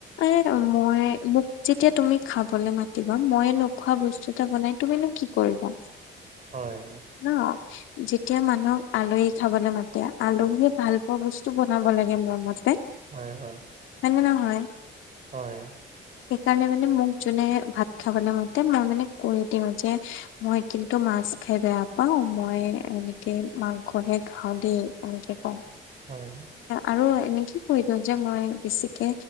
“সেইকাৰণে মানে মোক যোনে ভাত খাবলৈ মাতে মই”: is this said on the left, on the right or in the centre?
Left